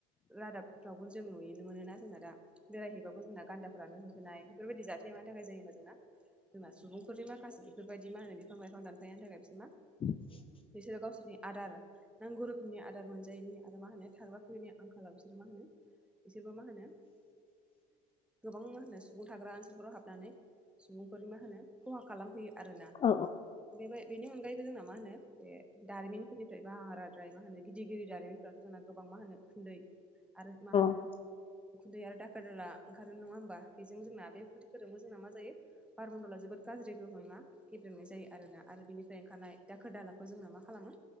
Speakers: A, in the centre; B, on the left.
A: रादाबफ्रावबो जों नुयोननो मोनोना जोंना दा बेरायहैबाबो जोंना गान्दाफ्रानो होसोनाय बेफोरबादि जाथाय मानि थाखाय जायो होनबा जोंना जबा सुबुंफोरनि माखासे बेफोरबायदि मा होनो बिफां- लाइफां दानखायनायनि थाखाय बिसोर मा?
B: <unintelligible>
A: बिसोरो गावसोरनि आदार नांगौ रोखोमनि आदार मोनजायैनि आरो मा होनो थाग्राफिनि आंखाल खाालाव बिसोरो मा होनो बिसोरबो मा होनो गोबां मा होनो सुबुं थाग्रा ओनसोलफोराव हाबनानै सुबुंफोरनि मा होनो खहा खालामफैयो आरोना
B: औ
A: बेबो बेनि अनगायैबो जोंना मा होनो बे दारिमिनफोरनिफ्राय बाराद्राय मा होनो गिदिर गिदिर दारिमिनफोरा जोंना गोबां मा होनो उखुन्दै आरो मा होनो
B: औ
A: उखुन्दै आरो दाखोर दाला ओंखारो नङा होमबा बेजों जोंना बे फोरजोंबो जोंना मा जायो बारमन दला जोबोद गाज्रि गोहोमै मा गेदेेंनाय जायो आरोना आरो बिनि फ्राय ओंखारनाय दाखोर दालाखौ जोंना मा खालामो